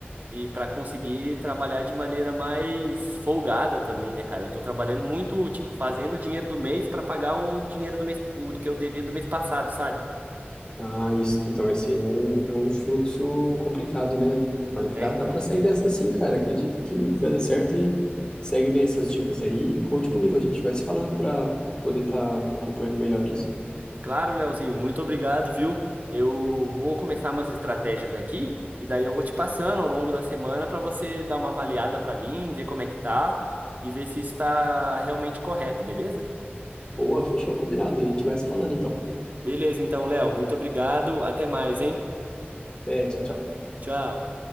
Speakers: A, on the right; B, on the left.
A: e para conseguir trabalhar de maneira mais folgada também, né, cara? Eu tô trabalhando muito, tipo, fazendo o dinheiro do mês para pagar o dinheiro do mês, o que eu devia do mês passado, sabe?
B: Ah, isso, então esse é um, é um fluxo complicado, né? Mas
A: É,
B: dá,
A: então.
B: dá para sair dessa sim, cara. Acredito que vai dar certo e segue bem essas dicas aí. e Conte comigo, a gente vai se falando para poder estar acompanhando melhor isso.
A: Claro, Leozinho, muito obrigado, viu? Eu vou começar umas estratégias aqui e daí eu vou te passando ao longo da semana para você dar uma avaliada para mim, ver como é que tá e ver se isso está realmente correto, beleza?
B: Boa, fechou, combinado. A gente vai se falando então.
A: Beleza, então, Léo, muito obrigado. Até mais, hein?
B: Até, tchau, tchau.
A: Tchau.